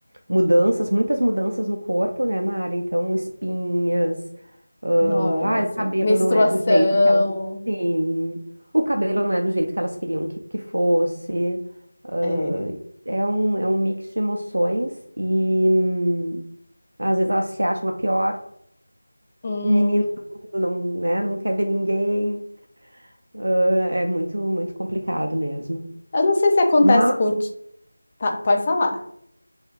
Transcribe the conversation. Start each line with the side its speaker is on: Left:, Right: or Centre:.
Right: mudanças, muitas mudanças no corpo, né, Mara? Então, espinhas. ah,
Left: Nossa,
Right: ah, o cabelo
Left: menstruação.
Right: não é do jeito que ela. Sim, o cabelo não é do jeito que elas queriam que, que fosse. Ah,
Left: É.
Right: é um, é um mix de emoções e hum, às vezes elas se acham a pior
Left: Hum.
Right: menina do mundo, não, né? Não quer ver ninguém. É muito, muito complicado mesmo.
Left: Eu não sei se acontece
Right: Mas.
Left: com. ti- pa- Pode falar.